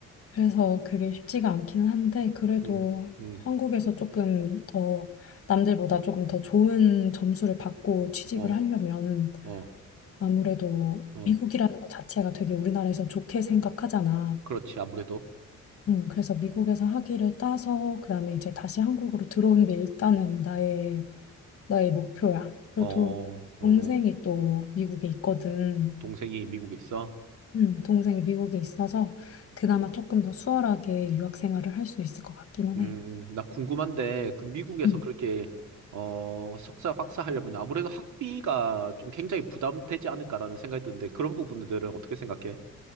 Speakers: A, on the left; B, on the right.
A: 그래서 그게 쉽지가 않기는 한데, 그래도
B: 음, 음,
A: 한국에서 조금 더, 남들보다 조금 더 좋은 점수를 받고 취직을
B: 어,
A: 하려면,
B: 어,
A: 아무래도
B: 어,
A: 미국이라는 것 자체가 되게 우리나라에서 좋게 생각하잖아.
B: 그렇지. 아무래도,
A: 음, 그래서 미국에서 학위를 따서, 그 다음에 이제 다시 한국으로 들어오는 게 일단은 나의 나의 목표야.
B: 어,
A: 그리고 도,
B: 어, 어.
A: 동생이 또 미국에 있거든.
B: 동생이 미국에 있어.
A: 음, 동생이 미국에 있어서 그나마 조금 더 수월하게 유학 생활을 할 수 있을 것 같기는
B: 음,
A: 해.
B: 나 궁금한데, 그 미국에서
A: 음.
B: 그렇게, 어, 석사, 박사 하려면 아무래도 학비가 좀 굉장히 부담되지 않을까라는 생각이 드는데, 그런 부분들은 어떻게 생각해?